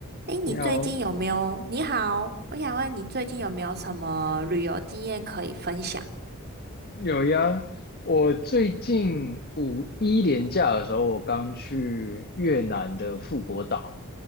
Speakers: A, on the right (about 50°); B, on the left (about 45°).
A: 诶，
B: 你好，
A: 你最近有没有？你好，我想问你最近有没有什么旅游经验可以分享的？
B: 有呀。我最近五一连假的时候，我刚去越南的富国岛。